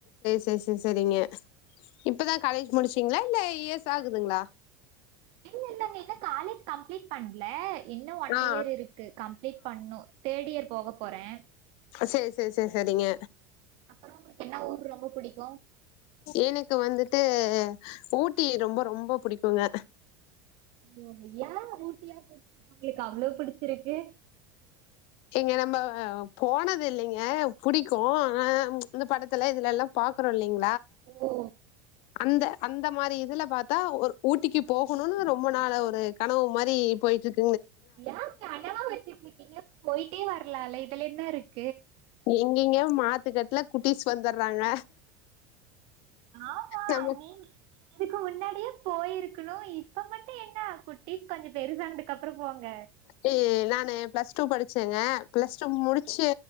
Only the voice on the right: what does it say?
இல்ல இல்லங்க இன்னு காலேஜ் கம்ப்ளீட் பன்ல இன்னு ஒன்னியர்
இருக்கு கம்ப்ளீட் பன்னு தேர்ட் இயர் போக போறே
அப்புறம் உங்களுக்கு என்ன ஊர் ரொம்ப பிடிக்கும்
ஓ ஏ ஊட்டியா பிடிச்சிருக் உங்களுக்கு அவ்ளோ பிடிச்சிருக்கு
ஓ
ஏ கனவா வச்சிட்ருக்கிங்க போய்ட்டே வர்லால இதுல என்ன இருக்
ஆமா
நீங்க இதுக்கு முன்னாடியே போயிருக்கணு இப்ப மட்டு என்ன குட்டிஸ் கொஞ்ச பெருசானதுக்கப்ற போங்க